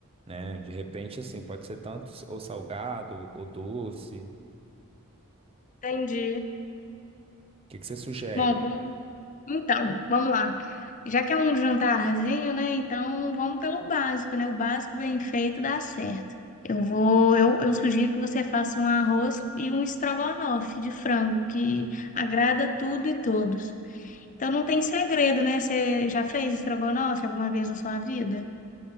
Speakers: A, on the right; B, on the left.
A: né? De repente, assim, pode ser tanto ou salgado ou doce.
B: Entendi.
A: que que você sugere?
B: Bom, vamos... então, vamos lá. Já que é um jantarzinho, né? Então, vamos pelo básico, né? O básico bem feito dá certo. Eu vou, eu, eu sugiro que você faça um arroz e um estrogonofe de frango, que agrada tudo e todos. Então não tem segredo, né? Você já fez estrogonofe alguma vez na sua vida?